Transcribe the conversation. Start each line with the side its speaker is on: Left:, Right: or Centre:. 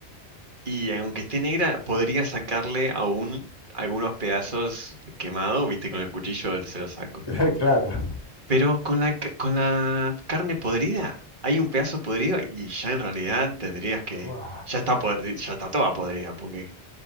Right: y aunque esté negra, podría sacarle aún algunos pedazos quemados, viste, con el cuchillo se los saco.
Left: <laughs> Claro,
Right: Pero con la, ca- con la carne podrida, hay un pedazo podrido y ya en realidad tendrías que,
Left: Fua.
Right: ya está podri- ya está toda podrida, porque